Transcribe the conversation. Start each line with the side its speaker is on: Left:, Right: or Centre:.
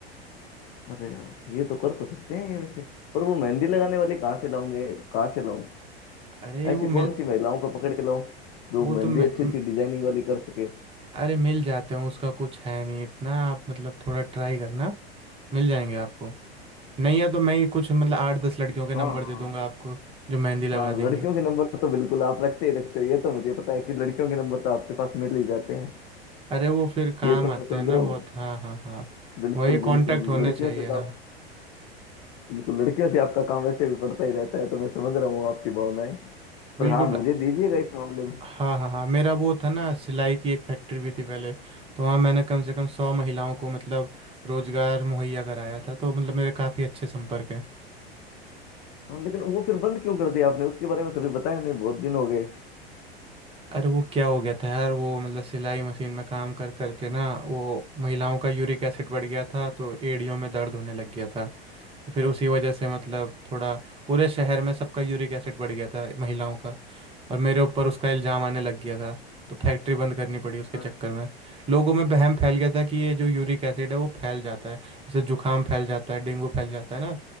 Left: अरे यार ये तो कर तो सकते हैं ये वैसे पर वो मेहंदी लगाने वाले कहाँ से लाऊंगे कहाँ से लाऊं
Right: अरे
Left: ऐसी
Right: वो
Left: कौन
Right: मिल
Left: सी महिलाओं को पकड़ के लाऊं जो
Right: वो तो
Left: मेहंदी
Right: मि-
Left: अच्छी
Right: म-
Left: अच्छी डिजाइनिंग वाली कर सके
Right: अरे मिल जाते हैं उसका कुछ है नहीं इतना आप मतलब थोड़ा ट्राई करना मिल जाएंगे आपको नहीं है तो मैं ही कुछ मतलब आठ दस लड़कियों के
Left: हाँ
Right: नंबर
Left: हाँ
Right: दे दूंगा आपको जो मेहंदी लगा
Left: हाँ
Right: देंगे
Left: लड़कियों के नंबर तो बिल्कुल आप रखते ही रखते हो ये तो मुझे पता है कि लड़कियों के नंबर तो आपके पास मिल ही जाते हैं
Right: अरे वो फिर काम
Left: ये तो
Right: आते
Left: मैं समझ
Right: हैं ना
Left: रहा
Right: बहुत
Left: हूँ
Right: हाँ हाँ हाँ
Left: बिल्कुल
Right: वही कांटेक्ट
Left: बिल्कुल
Right: होने
Left: लड़कियों
Right: चाहिए
Left: से तो
Right: हाँ
Left: आप बिल्कुल लड़कियों से आपका काम वैसे भी पड़ता ही रहता है तो मैं समझ रहा हूँ आपकी भावनाएं पर
Right: बिल्कुल
Left: हाँ मुझे दीजिएगा इस मामले में
Right: हाँ हाँ हाँ मेरा वो था ना सिलाई की एक फैक्ट्री भी थी पहले तो वहाँ मैंने कम से कम सौ महिलाओं को मतलब रोजगार मुहैया कराया था तो मतलब मेरे काफ़ी अच्छे संपर्क हैं
Left: हाँ लेकिन वो फिर बंद क्यों कर दिया आपने उसके बारे में कभी बताया नहीं बहुत दिन हो गए
Right: अरे वो क्या हो गया था यार वो मतलब सिलाई मशीन में काम कर करके ना वो महिलाओं का यूरिक एसिड बढ़ गया था तो एड़ियों में दर्द होने लग गया था तो फिर उसी वजह से मतलब थोड़ा पूरे शहर में सबका यूरिक एसिड बढ़ गया था महिलाओं का और मेरे ऊपर उसका इल्ज़ाम आने लग गया था तो फैक्ट्री बंद करनी पड़ी उसके
Left: और
Right: चक्कर में लोगों में वहम फैल गया था कि ये जो यूरिक एसिड है वो फैल जाता है जैसे जुकाम फैल जाता है डेंगू फैल जाता है ना